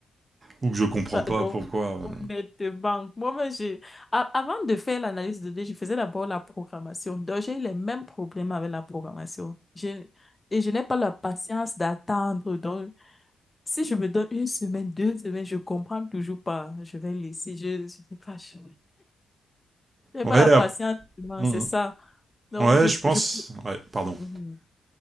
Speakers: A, on the right (about 35°); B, on the left (about 20°).
A: ou que je comprends
B: Enfin,
A: pas
B: Donc,
A: pourquoi euh,
B: honnêtement, moi-même, j'ai... a- avant de faire l'analyse de données, je faisais d'abord la programmation. Donc, j'ai eu les mêmes problèmes avec la programmation. Je... Et je n'ai pas la patience d'attendre. Donc, si je me donne une semaine, deux semaines, je comprends toujours pas. Je vais laisser. Je je sais pas. Je n'ai
A: Ouais,
B: pas la
A: ap-
B: patience. vraiment,
A: on-
B: C'est ça. Donc,
A: ouais,
B: je...
A: je pense.
B: je...
A: Ouais, pardon.
B: Mhm.